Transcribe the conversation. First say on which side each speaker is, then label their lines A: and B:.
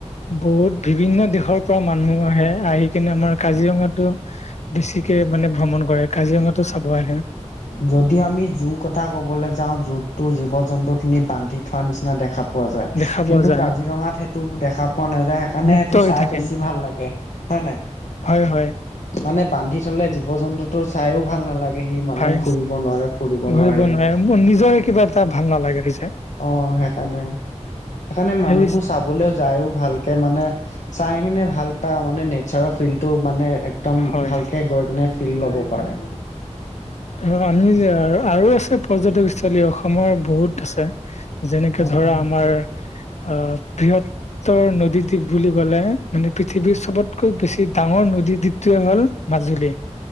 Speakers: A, on the left; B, on the left.
A: বহুত বিভিন্ন দেশৰ পৰা মানুহ আহে, আহি কিনে আমাৰ কাজিৰঙাতো। বেছিকে মানে ভ্ৰমণ কৰে, কাজিৰঙাতো চাব আহে।
B: যদিও আমি জোৰ কথা ক'বলৈ যাওঁ, জুতটো জীৱ-জন্তু খিনি বান্ধি থোৱা নিচিনা দেখা পা। পোৱা যায়,
A: দেখা পোৱা
B: কিন্তু
A: যায়
B: কাজিৰঙাত সেইটো দেখা পোৱা নাযায়। সেইকাৰণে
A: মুক্ত
B: সেইটো
A: হৈ
B: চাবলৈ
A: থাকে
B: বেছি ভাল লাগে। হয় নাই?
A: হয়- হয়।
B: মানে বান্ধি থলে জীৱ জন্তুতটো চাইও ভাল নালাগে সি মানে
A: ভাই
B: ঘুৰিব নোৱাৰে, ফুৰিব
A: ঘূৰিব
B: নোৱাৰিব।
A: নোৱাৰে মোৰ নিজৰে কিবা এটা ভাল নালাগে পিছে।
B: অ', সেইকাৰণেই
A: সেই
B: মানুহবোৰ সেইবোৰ চাবলৈ আহে। লৈও যায়, ভালকৈ চাইও ভাল পায়। মানে, প্ৰকৃতিৰ পৰিৱেশটো ভাল লাগে। <unintelligible> একদম
A: হয়
B: ভালকৈ গৈ কেনে ফিল লব পাৰে।
A: অ', অসমৰ আৰু বহুতো পৰ্যটনস্থলী আছে। <unintelligible> যেনেকে
B: অসমত।
A: ধৰা আমাৰ বৃহৎ। মাজুলী নদীদ্বীপ বুলি ক'লে মানে পৃথিৱীৰ চবতকে বেছি ডাঙৰ নদীদ্বীপ। সেইটো হ'ল মাজুলী।